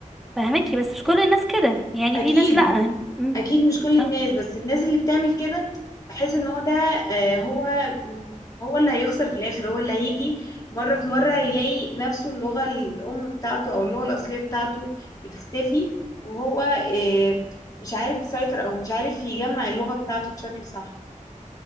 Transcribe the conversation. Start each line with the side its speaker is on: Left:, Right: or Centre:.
Centre: فهمكي بس مش كل الناس كده يعني
Left: اكيد
Centre: في ناس لا أمم،
Left: اكيد مش كل
Centre: صح.
Left: الناس بس الناس اللي بتعمل كده بحس ان هو ده آه، هو م، هو اللي هيخسر في الاخر هو اللي هيجي مره في مره يلاقي نفسه اللغه الام بتاعته او اللغه الاصليه بتاعته بتختفي وهو آه، مش عارف يسيطر او مش عارف يجمع اللغه بتاعته بشكل صح